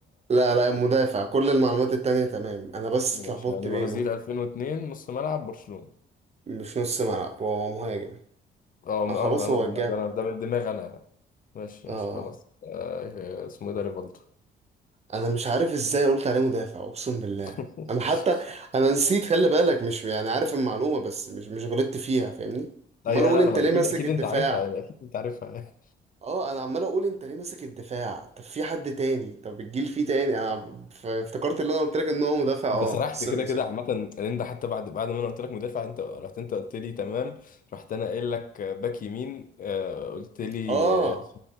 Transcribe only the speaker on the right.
لا لا مدافع
كل المعلومات التانية تمام انا بس
اتلخبطت
بينه
مش نص ملعب هو مهاجم
اه خلاص
هو
الجاب
اه
انا مش عارف ازاي قلت عليه مدافع اقسم بالله
انا حتى انا نسيت خلي بالك مش يعني عارف المعلومه بس مش مش غلطت فيها فاهمني
امال اقول
انت
ليه
ماسك
الدفاع
اه انا عمال اقول انت ليه ماسك الدفاع طب في حد تاني طب الجيل فيه تاني انا ف- افتكرت اللي انا قلت لك ان هو مدافع اه
سوري
سوري
اه